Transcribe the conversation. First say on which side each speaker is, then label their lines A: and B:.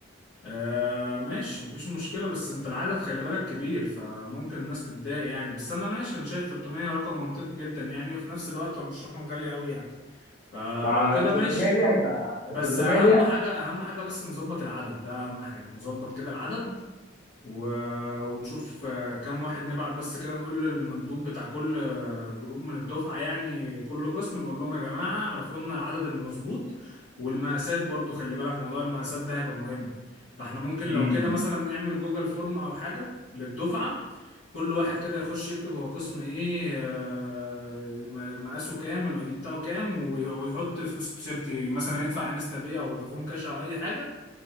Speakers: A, on the left; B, on the left.
A: آه ماشي مفيش مشكلة بس انت العدد خلي بالك كبير فممكن الناس تتضايق يعني بس انا ماشي انا شايف 300 رقم منطقي جدا يعني وفي نفس الوقت هو مش رقم غالي قوي يعني فلو
B: مع
A: كده
B: 300
A: ماشي
B: دي هيبقى
A: بس
B: 300
A: اهم
B: دي
A: حاجة اهم حاجة بس نظبط العدد ده اهم حاجة نظبط كده العدد و... ونشوف آه، كام واحد نبعت بس كده نقول للمندوب بتاع كل آه، جروب من الدفعة يعني كل قسم نقول لهم يا جماعة اعرفوا لنا العدد المظبوط والمقاسات برضو خلي بالك موضوع المقاسات ده هيبقى مهم فاحنا ممكن
B: ما
A: لو كده مثلا نعمل جوجل فورم او حاجة للدفعة كل واحد كده يخش يكتب هو قسم ايه آه، م- مقاسه كام الاي دي بتاعه كام وي- ويحط فلوس التيشيرت مثلا يدفع انستا باي او فودافون كاش او اي حاجة